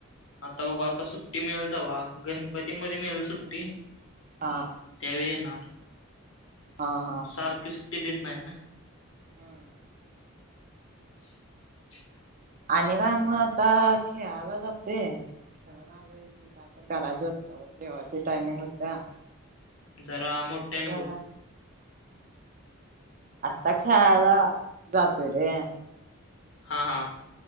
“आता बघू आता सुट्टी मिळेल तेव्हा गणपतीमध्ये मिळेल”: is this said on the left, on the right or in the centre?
Left